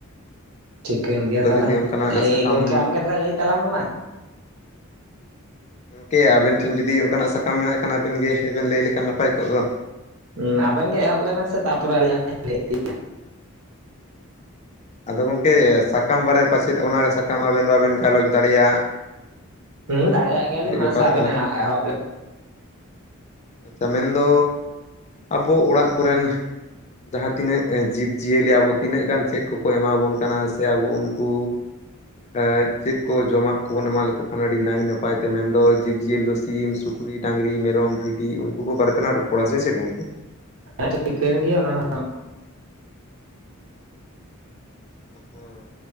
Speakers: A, on the right (about 75°); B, on the left (about 30°).
A: ᱴᱷᱤᱠᱟᱹᱱ
B: ᱦᱮᱸ
A: ᱜᱮᱭᱟ
B: ᱟᱫᱚ
A: ᱛᱟᱦᱞᱮ
B: ᱡᱩᱫᱤ ᱚᱱᱠᱟᱱᱟᱜ
A: ᱞᱟᱹᱭ
B: ᱥᱟᱠᱟᱢ
A: ᱜᱚᱝᱠᱮ ᱟᱢ ᱜᱮ ᱛᱟᱦᱞᱮ ᱞᱟᱹᱭ ᱛᱟᱞᱟᱝ ᱢᱮ ᱢᱟ
B: ᱜᱚᱢᱠᱮ ᱟᱵᱮᱱ ᱴᱷᱮᱱ ᱡᱩᱫᱤ ᱱᱚᱠᱟᱱᱟᱜ ᱥᱟᱠᱟᱢ ᱢᱮᱱᱟᱜ ᱠᱷᱟᱱ ᱟᱵᱤᱱ ᱜᱮ ᱦᱮᱵᱮᱱ ᱞᱟᱹᱭ ᱞᱮᱠᱷᱟᱱ ᱱᱟᱯᱟᱭ ᱠᱚᱜ ᱫᱚ
A: ᱩᱸ ᱟᱵᱮᱱ ᱜᱮ ᱮᱦᱚᱵ ᱞᱮᱵᱮᱱ ᱥᱮ ᱛᱟᱯᱚᱨᱮ ᱟᱞᱤᱧ ᱦᱟᱸᱜ ᱞᱤᱧ <unintelligible>
B: ᱟᱫᱚ ᱜᱚᱝᱠᱮ ᱥᱟᱠᱟᱢ ᱵᱟᱨᱮ ᱯᱟᱪᱮᱫ ᱚᱱᱟ ᱥᱟᱠᱟᱢ ᱟᱵᱮᱱ ᱵᱟᱵᱮᱱ ᱜᱟᱞᱚᱪ ᱫᱟᱲᱮᱭᱟᱜᱼᱟ
A: ᱦᱩᱸ ᱫᱟᱲᱮᱭᱟᱜ ᱜᱮᱭᱟᱞᱤᱢ ᱢᱟᱥᱮ
B: ᱵᱮᱯᱟᱨ
A: ᱟᱵᱮᱱ
B: ᱠᱟᱱᱟ
A: ᱦᱟᱸᱜ ᱮᱦᱚᱵ ᱞᱮ
B: ᱟᱪᱪᱷᱟ ᱢᱮᱱᱫᱚ ᱟᱵᱚ ᱚᱲᱟᱜ ᱠᱚᱨᱮᱱ ᱡᱟᱦᱟᱸ ᱛᱤᱱᱟᱹᱜ ᱡᱤᱵᱽ-ᱡᱤᱭᱟᱹᱞᱤ ᱟᱵᱚ ᱛᱤᱱᱟᱹᱜ ᱜᱟᱱ ᱪᱮᱫ ᱠᱚ ᱠᱚ ᱮᱢᱟᱵᱚᱱ ᱠᱟᱱᱟ ᱥᱮ ᱟᱵᱚ ᱩᱱᱠᱩ ᱟᱸ ᱪᱮᱫ ᱠᱚ ᱡᱚᱢᱟᱜ ᱠᱚᱵᱚᱱ ᱮᱢᱟ ᱞᱮᱠᱚ ᱠᱷᱟᱱ ᱟᱹᱰᱤ ᱱᱟᱭ ᱱᱟᱯᱟᱭ ᱛᱮ ᱢᱮᱱᱫᱚ ᱡᱤᱵ ᱡᱤᱭᱟᱹᱞᱤ ᱫᱚ ᱥᱤᱢ ᱥᱩᱠ ᱥᱩᱠᱷᱨᱤ ᱰᱟᱝᱨᱤ ᱢᱮᱨᱚᱢ ᱵᱷᱤᱰᱤ ᱩᱱᱠᱩ ᱠᱚ ᱵᱟᱨᱮ ᱛᱮᱱᱟᱜ ᱨᱚᱯᱚᱲᱟ ᱥᱮ ᱪᱮᱫ ᱜᱚᱝᱠᱮ
A: ᱟᱨ ᱪᱮᱫ ᱠᱟᱱ ᱜᱮᱭᱟ ᱚᱱᱟᱢᱟ
B: ᱦᱮᱸ ᱦᱚ